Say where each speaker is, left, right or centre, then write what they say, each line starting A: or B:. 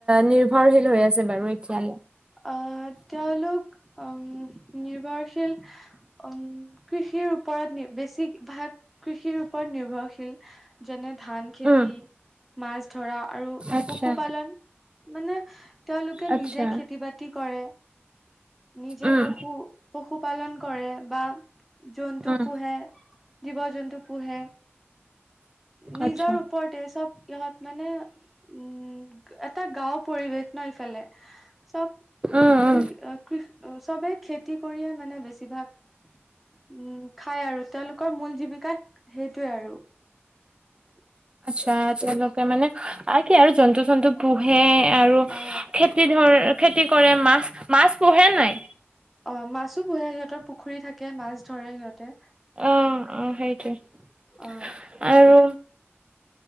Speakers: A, on the right (about 25°); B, in the centre.
A: নিৰ্ভৰশীল হৈ আছে বাৰু। এতিয়ালৈ
B: আহ তেওঁ লোক। অম নিৰ্ভৰ। উম। কৃষিৰ ওপৰত নি বেছি ভাগ কৃষিৰ ওপৰত নি। ভৰশীল যেনে ধান খেতি,
A: উম
B: মাছ ধৰা আৰু
A: আচ্ছা
B: পশুপালন মানে তেওঁলোক
A: আচ্ছা
B: নিজেই খেতি বাতি কৰে, নিজেই
A: উম
B: পশু পালন কৰে, বা বা জন্তু
A: উম
B: পুহে। জীৱ জন্তু পোহে। নিজৰ
A: আচ্ছা
B: ওপৰতে চব ইহত মানে, উম এটা গাও। পৰিৱেশ ন ইফালে। চব
A: উম উম
B: <unintelligible> চবেই খেতি কৰিয়ে মানে বেছিভাগ, উম খায় আৰু। তেওঁলোকৰ মূল জীৱিকাই সেইটোৱে আৰু।
A: আচ্ছা তেওঁলোকে মানে আৰু কি আৰু জন্তু জন্তু পোহে আৰু
B: অ
A: খেতি ধৰ খেতি কৰে মাছ মাছ পোহে নাই?
B: অ মাছো পুহে, সিহঁতৰ পুখুৰী থাকে মাছ ধৰে সিহঁতে।
A: অ অ সেইটোৱে।
B: অ
A: আৰু